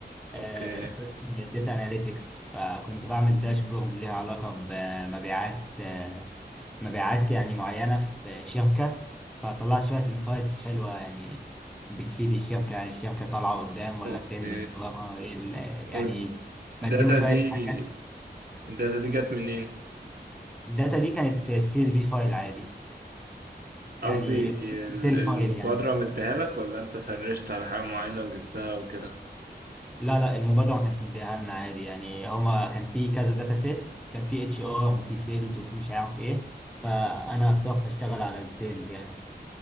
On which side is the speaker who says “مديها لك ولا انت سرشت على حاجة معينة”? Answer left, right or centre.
Right